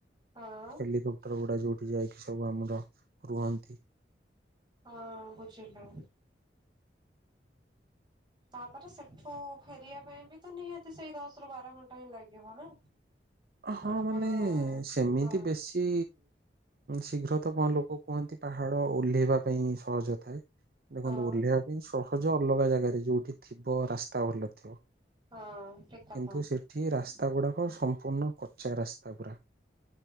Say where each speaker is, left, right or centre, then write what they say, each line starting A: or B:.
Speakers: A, on the right; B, on the right.
A: ହଁ
B: ହେଲିକପ୍ଟର ଗୁଡା ଯୋଉଠି ଯାଇକି ସବୁ ଆମର ରୁହନ୍ତି।
A: ହଁ ବୁଝିଲୁ। ତାପରେ ସେଠୁ ଫେରିବା ପାଇଁ ବିତ ନିହାତି ସେଇ ଦଶ ରୁ ବାର ଘଣ୍ଟା ହିଁ ଲାଗିବ ନା।
B: ହଁ
A: ଆପଣ
B: ମାନେ ସେମିତି
A: ହଁ
B: ବେଶୀ ଶୀଘ୍ର ତ କଣ ଲୋକ କୁହନ୍ତି। ପାହାଡ ଓହ୍ଲେଇବା ପାଇଁ ସହଜ। ଥାଏ ଦେଖନ୍ତୁ
A: ହଁ
B: ଓହ୍ଲେଇିବା ପାଇଁ ସହଜ ଅଲଗା ଜାଗାରେ ଯୋଉଠି ଥିବ ରାସ୍ତା ଭଲ ଥିବ।
A: ହଁ ଠିକ କଥା।
B: କିନ୍ତୁ ସେଠି ରାସ୍ତା ଗୁଡାକ ସମ୍ପୂର୍ଣ୍ଣ। କଚା ରାସ୍ତା ପୁରା